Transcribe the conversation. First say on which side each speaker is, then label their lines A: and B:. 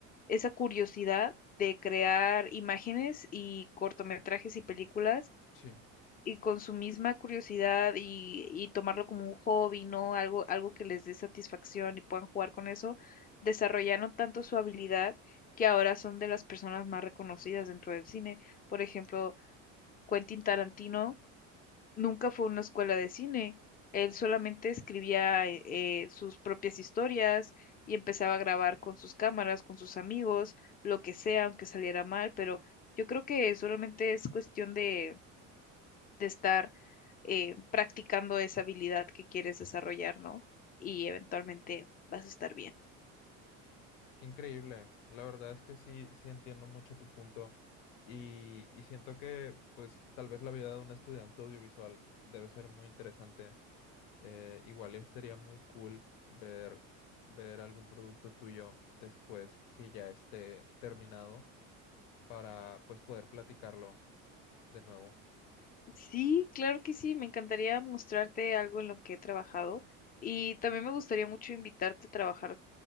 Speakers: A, on the left; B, on the left.
A: esa curiosidad de crear imágenes y cortometrajes y películas
B: Sí.
A: y con su misma curiosidad y, y tomarlo como un hobby, ¿no? Algo, algo que les dé satisfacción y puedan jugar con eso, desarrollaron tanto su habilidad que ahora son de las personas más reconocidas dentro del cine. Por ejemplo, Quentin Tarantino nunca fue a una escuela de cine. Él solamente escribía eh, eh, sus propias historias y empezaba a grabar con sus cámaras, con sus amigos, lo que sea, aunque saliera mal, pero yo creo que solamente es cuestión de de estar eh, practicando esa habilidad que quieres desarrollar, ¿no? Y eventualmente vas a estar bien.
B: Qué increíble. La verdad es que sí, sí entiendo mucho tu punto y, y siento que pues tal vez la vida de un estudiante audiovisual debe ser muy interesante. Eh, igual y estaría muy cool ver, ver algún producto tuyo después que ya esté terminado para pues poder platicarlo de nuevo.
A: Sí, claro que sí, me encantaría mostrarte algo en lo que he trabajado y también me gustaría mucho invitarte a trabajar,